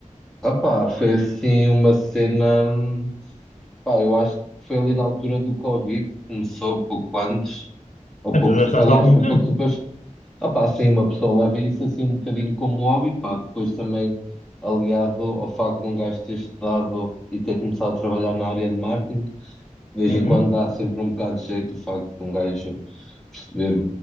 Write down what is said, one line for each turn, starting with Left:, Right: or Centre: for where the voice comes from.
Centre: opá, foi assim uma cena. hum, Pá, eu acho que foi ali na altura do Covid, que começou pouco antes, ou
Left: Então
Centre: pouco.
Left: já estás
Centre: Aliás,
Left: há algum
Centre: foi
Left: tempo.
Centre: pouco depois. Opá, assim, uma pessoa leva isso assim um bocadinho como hobby, pá, depois também aliado ao facto de um gajo ter estudado e ter começado a trabalhar na área de marketing, de vez
Left: Uhum.
Centre: em quando dá sempre um bocado de jeito o facto de um gajo ver,